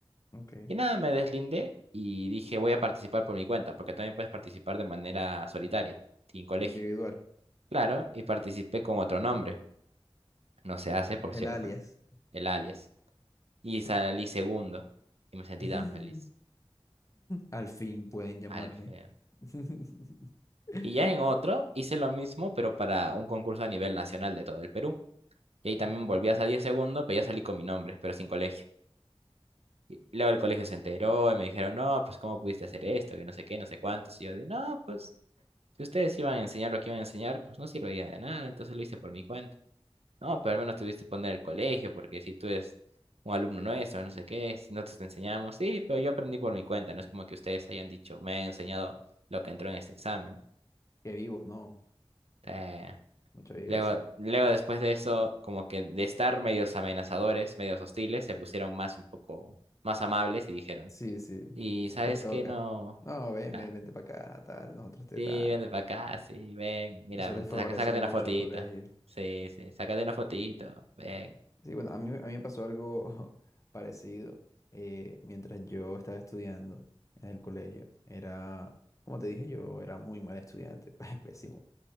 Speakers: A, on the left; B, on the right.
A: Ok.
B: Y nada, me deslindé y dije, voy a participar por mi cuenta, porque también puedes participar de manera solitaria, sin colegio.
A: Individual.
B: Claro, y participé con otro nombre. No se hace, por
A: El
B: cierto,
A: alias.
B: el alias. y salí segundo. Y me sentí
A: <laughs>
B: tan feliz.
A: Al fin pueden llamarme.
B: Al fe-
A: <laughs>
B: Y ya en otro hice lo mismo, pero para un concurso a nivel nacional de todo el Perú. Y ahí también
A: Okay.
B: volví a salir segundo, pero ya salí con mi nombre, pero sin colegio. Y luego el colegio se enteró y me dijeron, no, pues cómo pudiste hacer esto, que no sé qué, no sé cuántos. Y yo de, no, pues si ustedes iban a enseñar lo que iban a enseñar, pues no serviría de nada, entonces lo hice por mi cuenta. No, pero al menos tuviste que poner el colegio, porque si tú eres un alumno nuestro, no sé qué, si nosotros te enseñamos, sí, pero yo aprendí por mi cuenta, no es como que ustedes hayan dicho, me han enseñado lo que entró en este examen.
A: Que vivos, no.
B: Eh,
A: Mucha viveza.
B: luego, luego después de eso, como que de estar medios amenazadores, medios hostiles, se pusieron más un poco más amables y dijeron,
A: Sí, sí.
B: ¿y sabes
A: Les toca.
B: qué no?
A: No, ven,
B: Ah,
A: ven, vente para acá, tal, nosotros te
B: sí,
A: tal.
B: ven para acá, sí, ven, mira,
A: Eso les favorece
B: te saca- sácate
A: mucho
B: una fotita.
A: al colegio.
B: Sí, sí, sácate una fotito, ven.
A: Sí, bueno, a mí, a mí me pasó algo <laughs> parecido eh, mientras yo estaba estudiando en el colegio. Era, como te dije, yo era muy mal estudiante, <laughs> pésimo.